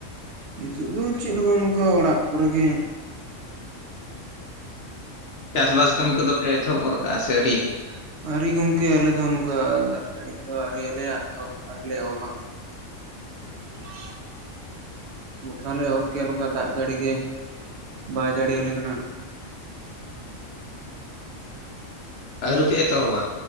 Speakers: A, on the right; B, on the left.
A: ᱱᱤᱛᱚᱜ ᱫᱚ ᱪᱮᱜ ᱦᱚᱸ ᱵᱟᱝ ᱱᱚᱝᱠᱟ ᱚᱲᱟᱜ ᱠᱚᱨᱮ ᱜᱮ
B: ᱪᱟᱥᱵᱟᱥ
A: ᱪᱮᱫ
B: ᱠᱟᱹᱢᱤ ᱠᱚᱫᱚ ᱯᱮ ᱮᱛᱚᱦᱚᱵ ᱜᱚᱫ ᱟᱠᱟᱜ ᱟᱥᱮ ᱟᱹᱣᱨᱤᱭᱟ
A: <inaudible> ᱟᱹᱨᱤ ᱜᱚᱝᱠᱮ ᱟᱞᱮ ᱫᱚ ᱱᱚᱝᱠᱟ ᱫᱟᱜ ᱡᱟᱹᱲᱤ ᱠᱚᱫᱚ ᱟᱹᱣᱨᱤ ᱟᱞᱮᱭᱟ ᱮᱦᱚᱵ ᱟ. ᱟᱣᱨᱤᱞᱮ ᱮᱦᱚᱵᱼᱟ <inaudible> ᱵᱚᱠᱷᱟᱱ ᱞᱮ ᱮᱦᱚᱵᱠᱮᱭᱟ ᱱᱚᱝᱠᱟ ᱫᱟᱜ ᱡᱟᱹᱲᱤ ᱜᱮ ᱵᱟᱭ ᱡᱟᱲᱭᱟᱞᱮ ᱠᱟᱱᱟ
B: ᱟ. ᱣᱨᱤᱯᱮ ᱮᱛᱚᱦᱚᱵᱟ